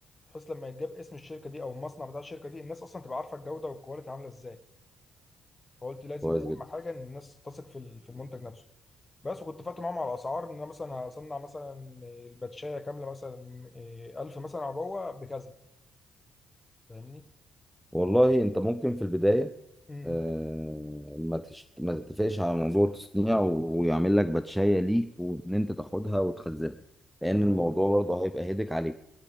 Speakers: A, on the left; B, in the centre.
A: بحيث لما يتجاب اسم الشركه دي او المصنع بتاع الشركه دي الناس اصلا تبقى عارفه الجوده والكواليتي عامله ازاي فقلت لازم
B: كويس
A: دي اهم
B: جدا
A: حاجه ان الناس تثق في ال- في المنتج نفسه بس وكنت فاتح معاهم على الاسعار ان انا مثلا هصنع مثلا الباتشايه كامله مثلا إيه، 1000 مثلا عبوه بكذا فاهمني؟
B: والله انت ممكن في البداية
A: امم
B: آه، ما تشت... ما تتفقش على موضوع التصنيع و- ويعمل لك باتشاية ليك وان انت تاخدها وتخزنها لان
A: تمام
B: الموضوع برضه هيبقى هيدك عليك